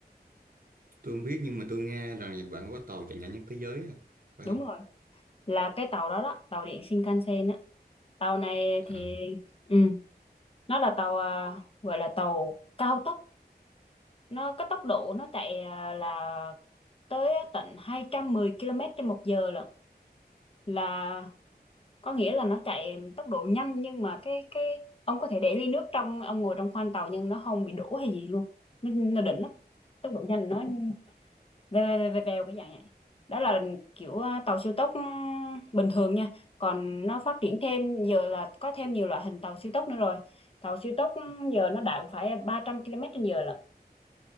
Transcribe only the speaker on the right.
Tôi không biết nhưng mà tôi nghe rằng Nhật Bản có tàu chạy nhanh nhất thế giới à. Phải
không?
À.